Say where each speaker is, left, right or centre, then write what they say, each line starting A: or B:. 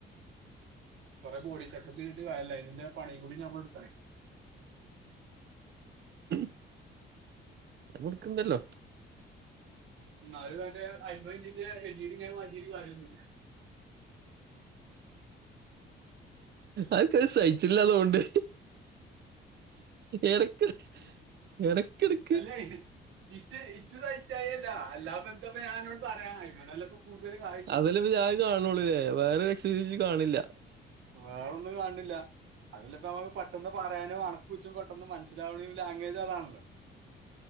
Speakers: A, on the right; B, on the right.
A: കൊറെ ബോഡി ചെക്കപ്പ് ചെയ്തിട്ട് കാര്യല്ല അയിന്റെ പണീം കൂടി ഞമ്മളെടുക്കണേ
B: മ് അവർക്കുണ്ടല്ലോ
A: ഇന്നാലും അന്റെ ഹസ്ബയ് ഇട്ടീട്ട് കിട്ടീട്ട് ഇങ്ങനെ മാറ്റീറ്റ് കാര്യം ഒന്നുല്ല
B: ആക്കത് സയ്ച്ചില്ലാതോണ്ട് എടക്കെട് എടക്കെട്
A: അല്ല ഇത് ഇച്ച് ഇച്ചു സയ്ച്ചായ്കയല്ല അല്ലാപ്പ എന്തുപ്പ ഞാന്നോട് പറയാ അയുമ്മേ നല്ലത് കൂടുതല് കായ
B: അതല്ലേ ഇപ്പ ഞാനിത് കാണുന്ന്ള്ളതേ വേറെ <unintelligible> വെച്ച് കാണില്ല
A: വേറൊന്ന് കാണ്ണില്ല അതല്ലേ ഇപ്പ അവ പെട്ടെന്ന് പറയാനും അണക്കൂച്ചും പെട്ടന്ന് മനസ്സിലാവണയും ലാംഗ്വേജ് അതാണല്ലോ